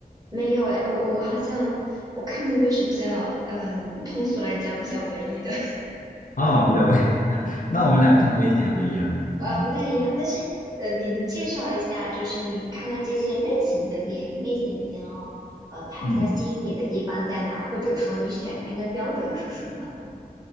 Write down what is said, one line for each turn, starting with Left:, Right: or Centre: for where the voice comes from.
Right: 没有哎，我我好像我看的都是比较，嗯，通俗来讲比较文艺的。
Left: 哦，比较文，<laughs> 那我们两个看的类型还不一样呢。
Right: 呃，
Left: 嗯
Right: 不太一样，但是呃，你能介绍一下，就是你看了这些类型的电影、类型片哦，呃，它比较吸引你的地方在哪？
Left: 嗯
Right: 或者说你选片的标准是什么？